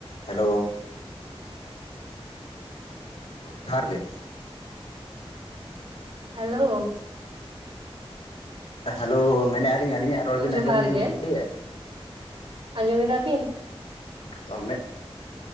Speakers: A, on the left (about 80°); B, on the right (about 75°).
A: ᱦᱮᱞᱳ ᱡᱚᱦᱟᱨ ᱜᱮ!
B: ᱦᱮᱞᱳ
A: ᱦᱮᱞᱳ ᱢᱮᱱ ᱮᱜᱼᱟ ᱞᱤᱧ ᱟᱹᱞᱤᱧᱟᱜ ᱨᱚᱲ ᱵᱤᱱ
B: ᱡᱚᱦᱟᱨ
A: ᱟᱸᱡᱚᱢ ᱵᱤᱱ
B: ᱜᱮ
A: ᱴᱷᱤᱠᱟᱹᱭᱮᱫᱼᱟ
B: ᱟᱸᱡᱚᱢ ᱮᱫᱟ ᱵᱤᱱ
A: ᱨᱚᱲ ᱢᱮ